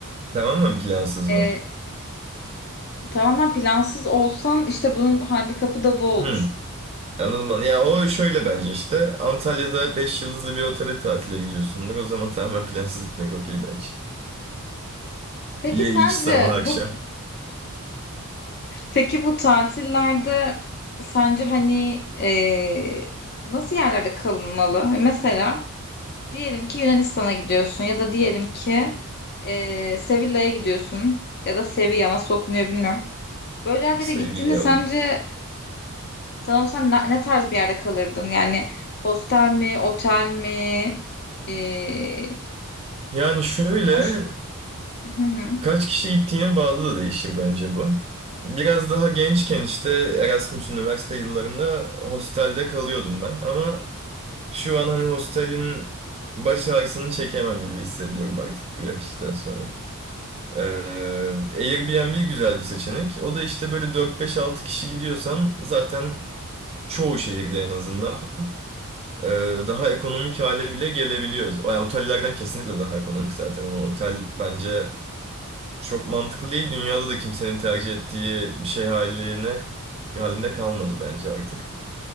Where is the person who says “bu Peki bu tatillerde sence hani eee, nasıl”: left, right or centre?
Left